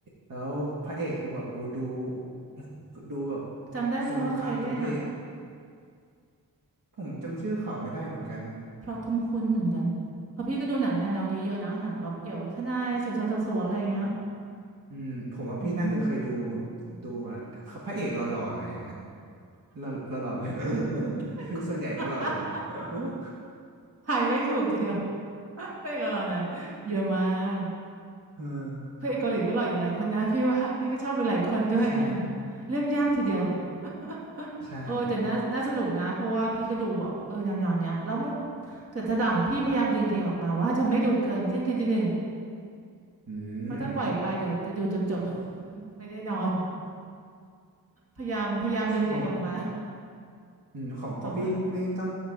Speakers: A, on the right (about 60°); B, on the right (about 40°).
A: แล้วพระเอกคือแบบโอ้ดู <laughs> ดูแบบ
B: จำได้ไหมว่าใครเล่นอ่ะ
A: สนุกมากตรงที่ผมจำชื่อเขาไม่ได้เหมือนกัน
B: พล็อตคุ้นๆเหมือนกันเพราะพี่ก็ดูหนังแนวๆนี้เยอะนะหนังแบบเกี่ยวทนายสืบสวนสอบสวนอะไรอย่างเงี้ย
A: อืมผมว่าพี่น่าจะเคยดูมาดูมา
B: อืม
A: พระเอกหล่อๆหน่อยฮะหล่อหล่อๆเลย
B: <laughs>
A: <laughs> ส่วนใหญ่ก็หล่ออยู่แล้ว <laughs>
B: ทายไม่ถูกทีเดียว <laughs> เพลงละหล่อหน่อยเยอะมาก
A: เออ
B: พระเอกเกาหลีก็หล่ออยู่หลายคนนะพี่ว่าพี่ก็ชอบอยู่หลายคนด้วยอะไรอย่างงี้เลือกยากทีเดียว
A: ใช่
B: <laughs>
A: ใช่
B: เออแต่น่าน่าสนุกนะเพราะว่าพี่ก็ดูแบบเออแนวๆเนี้ยแล้วมึงเกิดถ้าดังพี่พยายามดึงๆออกมาว่าจะไม่ดูเกินเที่ยงคืนตีหนึ่ง
A: อื
B: เพราะถ้าปล่อยไปเดี๋ยวจะดูจนจบ
A: ม
B: <laughs> ไม่ได้นอนพยายามพยายามดึงตัวเองออกมา
A: ของอืมของของพี่นี่ต้อง
B: แบบว่า